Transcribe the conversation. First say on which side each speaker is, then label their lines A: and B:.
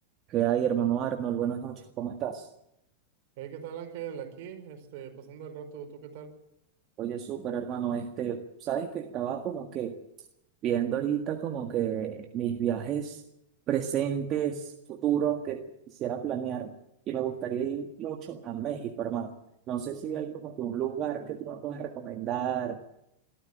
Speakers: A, on the right (about 35°); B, on the right (about 60°).
A: ¿Qué hay, hermano Arnold? Buenas noches, ¿cómo estás?
B: Hey, ¿qué tal, Ángel? Aquí, este, pasando el rato, ¿tú qué tal?
A: Oye, súper, hermano, este, sabes que estaba como que viendo ahorita como que mis viajes presentes, futuros que quisiera planear y me gustaría ir mucho a México, hermano. No sé si hay como que un lugar que tú me puedas recomendar.